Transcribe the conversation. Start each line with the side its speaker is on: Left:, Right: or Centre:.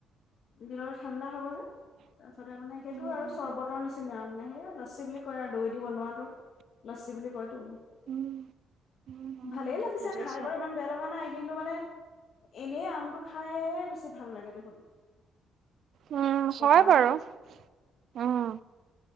Left: দিলে ঠাণ্ডা হব যে। তাৰপিছতে মানে সেইটো
Right: উম
Left: আৰু চৰ্বতৰ নিচিনা মানে সেয়া লচছী বুলি কয় আৰু দৈ দি বনোৱাটো। লচছী বুলি কয়তো।
Right: উম উম উম
Left: ভালেই লাগিছে
Right: বুজিছো।
Left: খাই বাৰু ইমান বেয়া লগা নাই কিন্তু মানে। এনেই আমটো খাইে বেছি ভাল লাগে দেখোন।
Right: উম,
Left: পকা
Right: হয় বাৰু।
Left: আম।
Right: উম,